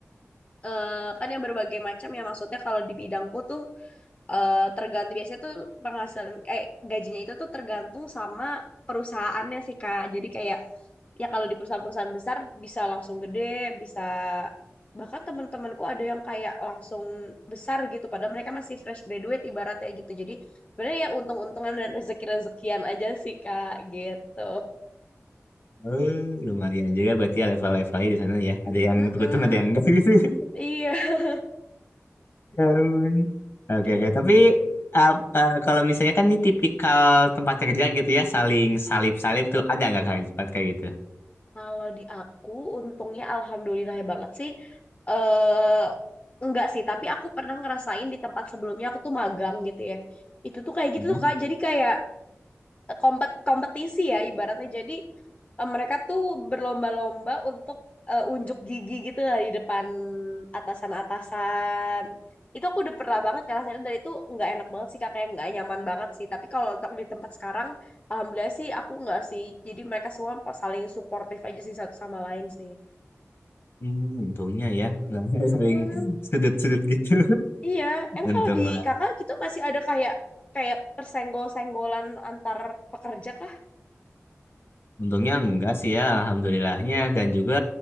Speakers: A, on the left (about 30°); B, on the left (about 50°).
A: eh, kan yang berbagai macam ya maksudnya kalau di bidangku tuh eh tergantung biasanya tuh penghasilan eh gajinya itu tuh tergantung sama perusahaannya sih Kak. Jadi kayak ya kalau di perusahaan-perusahaan besar bisa langsung gede, bisa bahkan teman-temanku ada yang kayak langsung besar gitu padahal mereka masih fresh graduate ibaratnya gitu. Jadi sebenarnya ya untung-untungan dan rezeki-rezekian aja sih Kak gitu.
B: Oh, lumayan juga berarti ya level-levelnya di sana ya. Ada yang
A: <laughs> Mm-mm.
B: beruntung, ada yang enggak <laughs> gitu.
A: Iya,
B: Ya ampun. Oke,
A: gitu.
B: oke. Tapi uh, uh, kalau misalnya kan ini tipikal tempat kerja gitu ya, saling salip-salip tuh ada nggak kayak tempat kayak gitu?
A: Kalau di aku, untungnya alhamdulillah ya banget sih. eh enggak sih, tapi aku pernah ngerasain di tempat sebelumnya aku tuh magang gitu ya. Itu tuh kayak gitu
B: Mm-mm.
A: tuh Kak. Jadi kayak kompet kompetisi ya ibaratnya. Jadi eh, mereka tuh berlomba-lomba untuk eh, unjuk gigi gitu lah di depan atasan-atasan. Itu aku udah pernah banget kan rasanya dari itu nggak enak banget sih kakaknya nggak nyaman banget sih. Tapi kalau untuk di tempat sekarang, alhamdulillah sih aku nggak sih. Jadi mereka semua pa- saling suportif aja sih satu sama lain sih.
B: Hmm, untungnya ya, nggak
A: Mm-mm.
B: <laughs> saling sudut-sudut gitu.
A: Iya, emang
B: <laughs> Untung,
A: kalau di kakak gitu masih ada kayak kayak persenggol-senggolan antar pekerja kah?
B: untungnya enggak sih ya, alhamdulillahnya. Dan juga